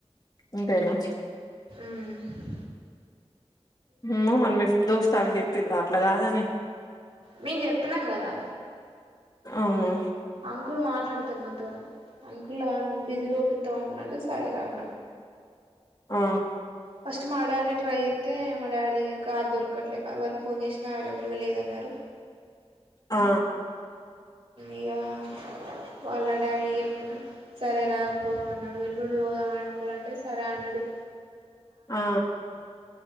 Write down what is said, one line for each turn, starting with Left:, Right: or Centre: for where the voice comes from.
Left: అంతేనా
Right: మ్మ్ హ్
Left: ఎమ్మోమీ దోస్తు చెప్పిందా అట్ల కాదని
Right: మేం చెప్పినాం కదా
Left: అవునా
Right: అంకుల్ మాట్లాడుతరు నాతోని అంకుల్ డిజిల్ పొపిత్తావా అంకుల్ అంటే సరేరా అన్నారు
Left: ఆ
Right: ఫస్ట్ మా డాడినే ట్రై చేత్తే మా డాడీ దగ్గర కారు దొరకట్లేదు ఎవరికి ఫోన్ చేసినా అవైలబుల్గా లేదన్నారు
Left: ఆ
Right: ఇగా వాళ్ళ డాడీకి చెప్పినం సరే రా పోదాం అన్నాడు ఎల్లుండిపోదాం అంకుల్ అంటే సరే అన్నాడు ఆడు
Left: ఆ